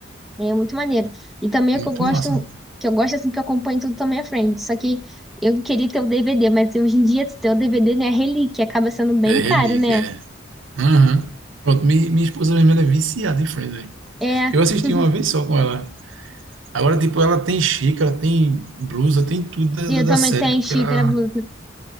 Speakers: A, in the centre; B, on the right (about 80°).
A: É muito maneiro. E também
B: Muito
A: o que eu gosto,
B: massa.
A: que eu gosto assim que eu acompanho tudo também é Friends. Só que eu queria ter o DVD, mas hoje em dia ter o DVD, né, é relíquia, acaba sendo bem
B: É relíquia,
A: caro, né?
B: é. Aham. Pronto, mi- minha esposa mesmo, ela é viciada em Friends, velho.
A: É.
B: Eu assisti
A: <laughs>
B: uma vez só com ela. Agora, tipo, ela tem xícara, tem blusa, tem tudo da,
A: E
B: da
A: eu
B: da
A: também
B: série,
A: tenho
B: porque
A: xícara
B: ela
A: Bluetooth.